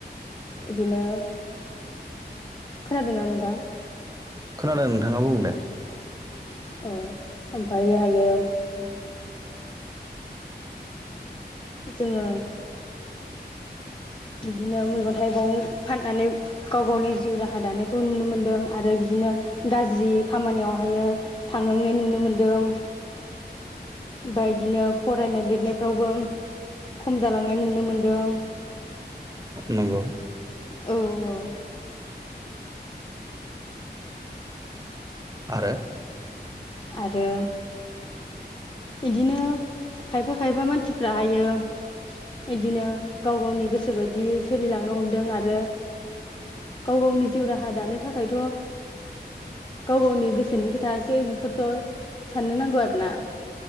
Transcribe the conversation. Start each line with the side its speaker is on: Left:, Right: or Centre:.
Left: इदिनो खोनादोंना नोंथां?
Right: खोनादों नोंथाङा बुं दे
Left: औ ओमफायो हायो <inaudible> जोङो बिदिनो मैगं थाइगं फाननानै गाव गावनि जिउ राहा दानायखौ नुनो मोन्दों आरो बिदिनो गाज्रि खामानियावहायो थांनांनाय नुनो मोनदों आमफाय इदिनो फरायनाय लिरनायफ्रावबो खम जालांनाय नुनो मोनदों
Right: नंगौ
Left: औ औ
Right: आरो
Left: आरो इदिनो खायफा खायफा मानसिफ्रा हायो इदिनो गाव गावनि गोसो बायदि सोलिलांनो हमदों आरो गाव गावनि जिउ राहा दानो थाखायथ' गाव गावनि गोसोनि खोथासो बेफोरथ' साननो नांगौ आरो ना